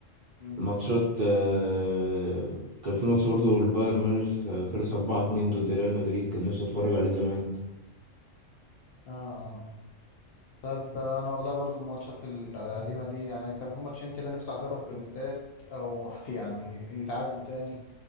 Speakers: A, on the left; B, on the right.
A: امم
B: ماتشات آه، كان في ماتش برضه البايرن ميونخ آه، خلص أربعة اتنين ضد ريال مدريد كان نفسي أتفرج عليه زمان
A: اه آه. طب انا والله برضو الماتشات ال- القديمه دي يعني كان في ماتشين كده نفسي احضرهم في الاستاد او <laughs> يعني يتعادلوا تاني